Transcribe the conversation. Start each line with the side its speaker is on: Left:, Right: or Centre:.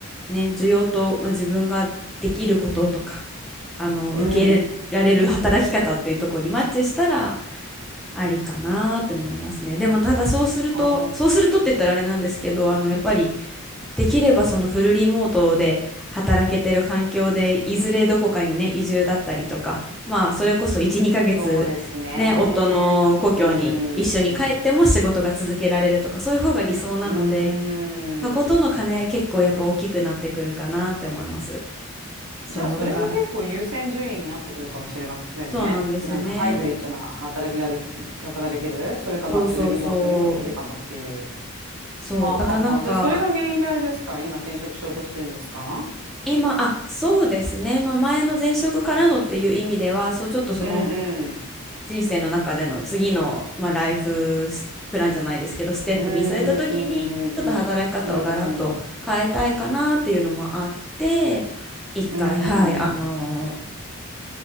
Centre: ね、需要と、まあ、自分ができることとか、あの、
Right: うん。
Centre: 受け入れられる働き方っていうところにマッチしたら、ありかなーって思いますね。でも、ただそうすると、
Right: ああ。
Centre: そうするとって言ったらあれなんですけど、あの、やっぱり、
Right: うん
Centre: できればそのフルリモートで働けてる環境で、いずれどこかにね、移住だったりとか、まあ、それこそ1、2ヶ月、
Right: そうですね。
Centre: ね、夫の故郷に一緒に帰っても仕事が続けられるとか、
Right: うーん。
Centre: そういう方が理想なので、
Right: うーん。
Centre: そことの兼ね合い結構やっぱ大きくなってくるかなって思います。そう、
Right: じゃあ、それは結構優先順位になってくるのかもしれませんね。
Centre: だから、そうなんですよね。
Right: なんかハイブリッドな働きがで、方ができる。それかまあフルリモートにもできるかもっていう。
Centre: そうそうそう。そう、
Right: はあ、はあはあ、
Centre: だからなんか、
Right: じゃあ、それが原因であれですか今転職しようとしてるんですか
Centre: 今、あ、そうですね。まあ、前の前職からのっていう意味では、そう、ちょっとその
Right: うんうん。
Centre: 人生の中での次の、まあ、ライフスプランじゃないですけど、ステップ見据えた時に、
Right: うん。うんうん。
Centre: ちょっと働き方をガラッと変えたいかなっていうのもあって、
Right: うんうん
Centre: 一回、
Right: うん。
Centre: はい、あのー